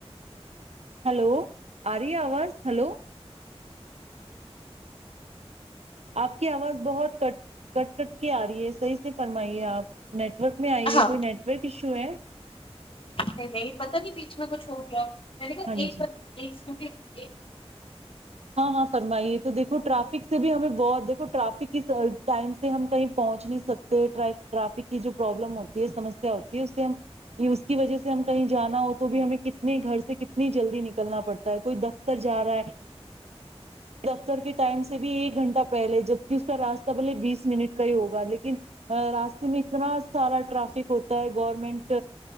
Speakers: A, on the right; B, on the left.
A: ہیلو ارہی ہے اواز ہیلو اپ کی اواز بہت کٹ کرتی ا رہی ہے صحیح سے فرمائیے اپ ٹرک میں ائی
B: ہاں
A: ہے کوئی نیٹ ورک ایشو ہے
B: نہیں پتہ نہیں بیچ میں کچھ ہو گیا میں نے کہا
A: ہاں
B: ایک
A: جی
B: <unintelligible>
A: ہاں ہاں فرمائیے تو دیکھو ٹریفک سے بھی ہمیں بہت دیکھو ٹرافک کی ٹائم سے ہم کہیں پہنچ نہیں سکتے ٹریفک کی جو پرابلم ہوتی ہے سمجھتے ہوتے ہیں اس سے ہم یہ اس کی وجہ سے ہم کہیں جانا ہو تو بھی ہمیں کتنے گھر سے کتنی جلدی نکلنا پڑتا ہے کوئی دفتر جا رہا ہے دفتر کے ٹائم سے بھی ایک گھنٹہ پہلے اس کا راستہ بلےبیس منٹ کا ہی ہوگا لیکن راستے میں اتنا سارا ٹریفک ہوتا ہے گورنمنٹ